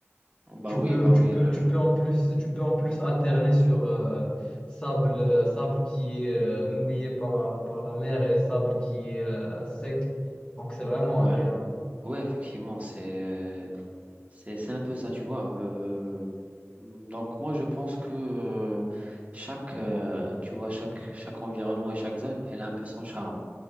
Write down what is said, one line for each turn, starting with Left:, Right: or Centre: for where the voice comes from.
Right: Bah
Left: Tu
Right: oui,
Left: peux,
Right: bah
Left: tu
Right: oui.
Left: peux,
Right: Le...
Left: tu peux en plus, tu peux en plus alterner sur euh, sable, euh, sable qui est euh, mouillé par, par la mer et sable qui est euh, sec. Donc c'est vraiment
Right: Ouais.
Left: agréable.
Right: Ouais, effectivement, c'est, c'est, c'est un peu ça, tu vois. Euh, donc, moi, je pense que euh, chaque, euh, tu vois, chaque, chaque environnement et chaque zone, elle a un peu son charme.